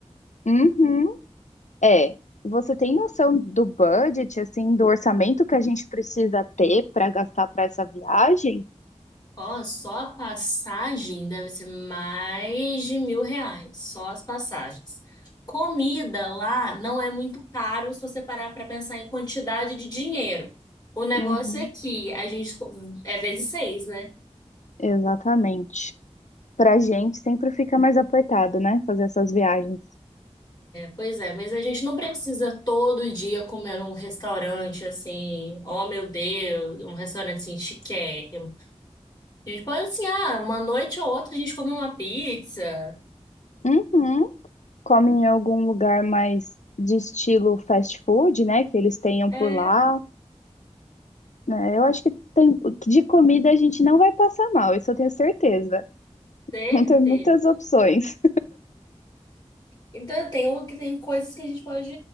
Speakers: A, on the left (about 80°); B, on the left (about 35°).
A: Uhum. É, você tem noção do budget, assim, do orçamento que a gente precisa ter para gastar para essa viagem?
B: Ó, só a passagem deve ser mais de mil reais. Só as passagens. Comida lá não é muito caro se você parar para pensar em quantidade de dinheiro. O negócio
A: Uhum,
B: é que a gente co- é vezes seis, né?
A: exatamente. Pra gente sempre fica mais apertado, né? Fazer essas viagens.
B: Pois é, mas a gente não precisa todo dia comer num restaurante assim, oh meu Deus, um restaurante assim chiquérrimo. A gente pode assim, ah, uma noite ou outra a gente come uma pizza.
A: Uhum. Come em algum lugar mais de estilo fast food, né? Que eles tenham
B: É,
A: por lá. né? eu acho que tem, de comida a gente não vai passar mal, isso eu tenho certeza.
B: certeza.
A: Vão ter muitas opções.
B: Então tem, tem coisas que a gente pode